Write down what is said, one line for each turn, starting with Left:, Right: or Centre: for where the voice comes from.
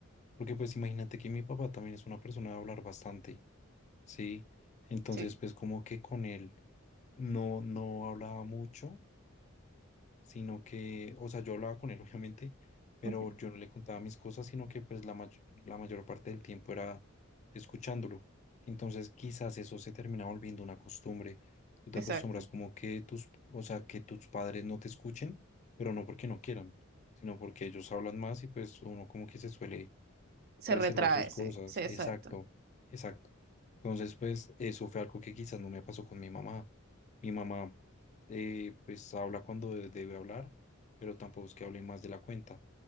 Left: porque pues imagínate que mi papá también es una persona de hablar bastante, ¿sí? Entonces
Right: Sí,
Left: pues como que con él no, no hablaba mucho, sino que, o sea, yo hablaba con él, <laughs> obviamente, pero
Right: <laughs>
Left: yo no le contaba mis cosas, sino que pues la mayor, la mayor parte del tiempo era escuchándolo. Entonces, quizás eso se termina volviendo una costumbre. Tú te
Right: exacto.
Left: acostumbras como que tus, o sea, que tus padres no te escuchen, pero no porque no quieran, sino porque ellos hablan más y pues uno como que se suele
Right: Se
Left: reservar
Right: retrae,
Left: sus cosas.
Right: sí, sí, exacto.
Left: Exacto, exacto. Entonces, pues eso fue algo que quizás no me pasó con mi mamá mi mamá, eh, pues habla cuando de- debe hablar, pero tampoco es que hable más de la cuenta.